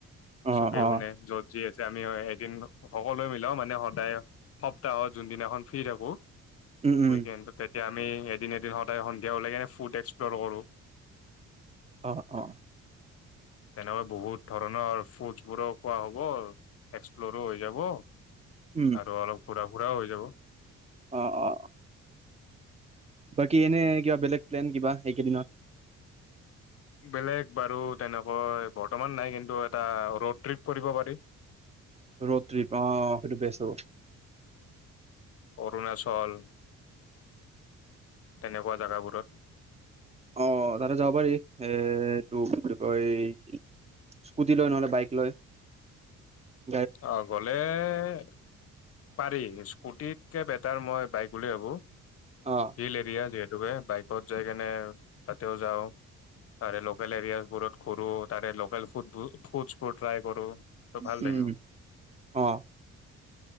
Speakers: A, on the right; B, on the left.
A: অ
B: চুকে
A: অ
B: কোণে, য'ত যি আছে আমি এদিন সকলোৱে মিলাও মানে সদায় সপ্তাহত যোনদিনাখন ফ্ৰী থাকো
A: উম উম
B: শি <unintelligible> কেন্ত তে এতিয়া আমি এদিন এদিন সদায় সন্ধিয়াওলাইকেনে ফুড এক্সপ্ল'ৰ কৰোঁ
A: অ অ।
B: তেনেকৈ বহুত ধৰণৰ ফুডচ বোৰো খোৱা হব এক্সপ্লৰো হৈ যাব।
A: উম
B: আৰু অলপ ফুৰা। ফুৰাও হৈ যাব।
A: অ অ। বাকি এনে। কিবা বেলেগ প্লেন কিবা এইকেইদিনত।
B: বেলেগ বাৰু তেনেকৈ বৰ্তমান নাই কিন্তু এটা ৰোড ট্ৰিপ কৰিব পাৰি।
A: ৰোড ট্ৰিপ আহ সেইটো বেচ হ'ব।
B: অৰুণাচল তেনেকুৱা জেগাবোৰত।
A: অ তাতে যাব পাৰি এ তোৰ বিষয় এই স্কুটি লৈ ন বাইক লৈ ।
B: আহ গলে । পাৰি স্কুটিতকে বেটাৰ মই বাইক উলিয়াব ।
A: অ
B: হিল এৰিয়া যে। বাইকত যাই কেনে তাতেও যাওঁ তাৰে লোকেল এৰিয়া বোৰত ঘুৰো তাৰে লোকেল ফুড ফুডচ বোৰ। ট্ৰাই কৰো ত ভাল
A: উম
B: লাগিব।
A: অ